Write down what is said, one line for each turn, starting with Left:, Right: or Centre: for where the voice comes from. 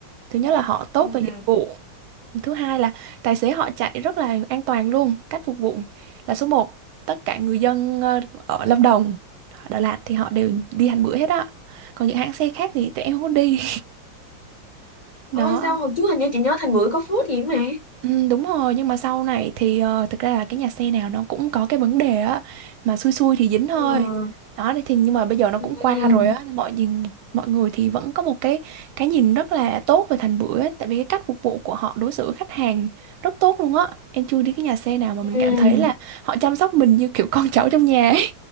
Right: Thứ nhất là họ tốt
Left: Phương
Right: về dịch
Left: nào?
Right: vụ Thứ hai là tài xế họ chạy rất là an toàn luôn, cách phục vụ là số một Tất cả người dân ờ, ở Lâm Đồng, Đà Lạt thì họ đều đi hành bữa hết á. Còn những hãng xe khác thì tụi em không có đi. <laughs>
Left: ôi sao
Right: Đó,
Left: hồi trước hình như chị nhớ Thành Bưởi có phốt gì mà
Right: Ừ, đúng rồi nhưng mà sau này thì ờ, thực ra là cái nhà xe nào nó cũng có cái vấn đề á mà xui xui thì dính thôi
Left: ừ.
Right: đó thì nhưng mà bây giờ nó cũng
Left: Ừ.
Right: qua rồi á nên mọi nhìn mọi người thì vẫn có một cái cái nhìn rất là tốt về Thành Bưởi ấy, tại vì cái cách phục vụ của họ đối xử với khách hàng rất tốt luôn á em chưa đi cái nhà xe nào mà mình
Left: Ừ.
Right: cảm thấy là họ chăm sóc mình như kiểu <laughs> con cháu trong nhà ấy.